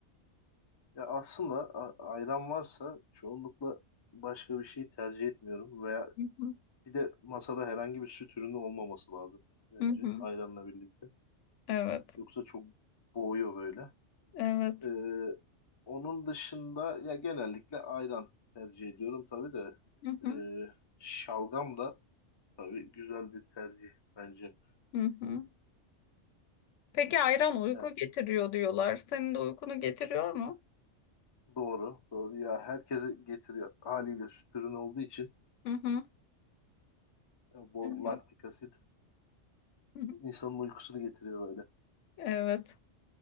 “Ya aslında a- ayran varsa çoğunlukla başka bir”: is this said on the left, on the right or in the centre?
Left